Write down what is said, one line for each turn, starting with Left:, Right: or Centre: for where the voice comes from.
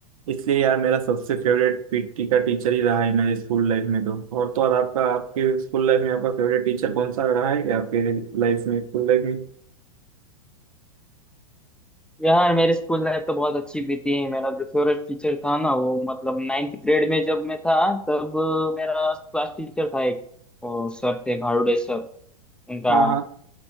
Right: इसलिए यार मेरा सबसे फेवरेट पीटी का टीचर ही रहा है मेरे स्कूल लाइफ में तो और तो और आपका आपके स्कूल लाइफ में आपका फेवरेट टीचर कौन सा रहा है क्या आपके लाइफ में स्कूल लाइफ में
Centre: यार मेरी स्कूल लाइफ तो बहुत अच्छी बीती मेरा जो फेवरेट टीचर था ना वो मतलब नाइन्थ ग्रेड में जब मैं था तब अ, मेरा क्लास टीचर था एक और सर थे भारूडे सर उनका
Right: हाँ हाँ